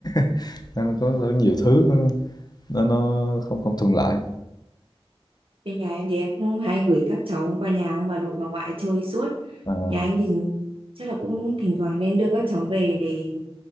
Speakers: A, on the left (about 40°); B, on the right (about 65°).
A: <laughs> nên là có, có nhiều thứ nó nó, nó không không thuận lợi
B: Bên nhà em thì em cũng hay gửi các cháu qua nhà ông bà nội bà ngoại chơi suốt.
A: Ờ.
B: Nhà anh thì chắc là cũng thỉnh thoảng nên đưa các cháu về để